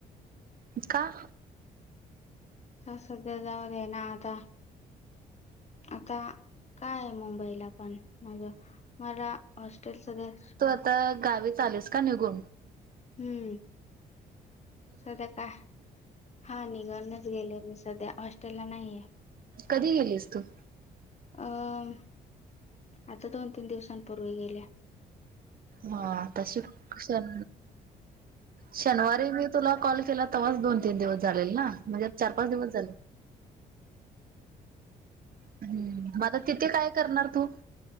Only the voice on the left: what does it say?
હા સધ્યા જવાદે ના આ તા આતા કઈ મુુંબઈ લા પણ માજા મારા હોસ્ટેલ સદેવ
હમ્મ સદા કા હા નિનીગન જ ગેલે મી સધ્યા હોસ્ટેલ નઈએ
અ આતા દોન તીન દિવસ પૂર્વે ગેલે